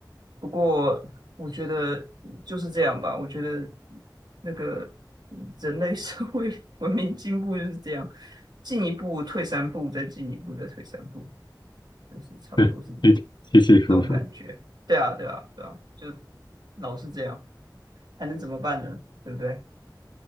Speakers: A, on the right; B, on the left.
A: 不过我觉得就是这样吧。我觉得那个嗯人类社会 <laughs> 文明进步就是这样，进一步退三步，再进一步再退三步，就是差不多是
B: 对，起起起伏伏。
A: 这种感觉。对啊，对啊，对啊，就老是这样，还能怎么办呢？对不对？